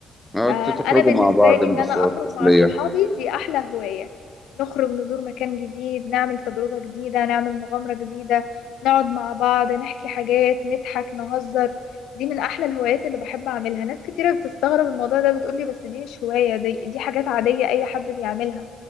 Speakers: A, in the centre; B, on the left.
A: اه
B: فأنا
A: تخرجوا
B: بالنسبة
A: مع بعض
B: لي
A: بس
B: إن أنا
A: هو
B: أخرج
A: التسليه
B: مع صحابي دي أحلى هواية نخرج نزور مكان جديد نعمل تجربة جديدة نعمل مغامرة جديدة نقعد مع بعض نحكي حاجات نضحك نهزر دي من أحلى الهوايات اللي بحب أعملها ناس كتيرة بتستغرب الموضوع ده بتقولي بس دي مش هواية دي, دي حاجات عادية أي حد بيعملها